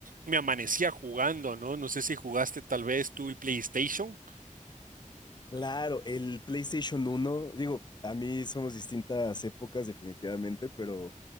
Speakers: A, on the right (about 80°); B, on the left (about 35°).
A: me amanecía jugando, ¿no? No sé si jugaste tal vez tú el PlayStation.
B: Claro, el PlayStation uno, digo, a mí somos distintas épocas definitivamente, pero